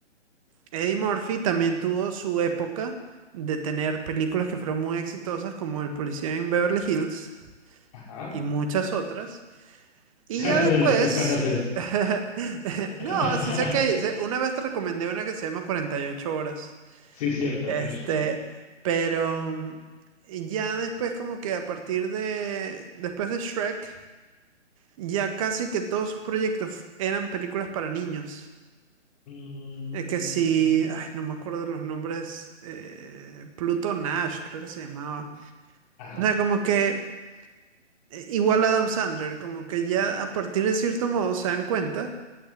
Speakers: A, on the right; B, on the left.
A: Eddie Murphy también tuvo su época de tener películas que fueron muy exitosas, como El Policía en Beverly Hills
B: Ajá.
A: y muchas otras. Y
B: <laughs> De
A: ya después,
B: las que conoces.
A: <laughs>
B: <laughs>
A: no, sí sé que sé- una vez te recomendé una que se llama 48 horas.
B: Sí, cierto,
A: Este,
B: tienes razón.
A: pero mm, ya después como que a partir de, después de Shrek, ya casi que todos sus proyectos eran películas para niños.
B: Mm,
A: Es que sí, ay, no me acuerdo los nombres. eh, Pluto Nash, creo que se llamaba.
B: ajá.
A: O sea, como que eh, igual Adam Sandler, como que ya a partir de cierto modo se dan cuenta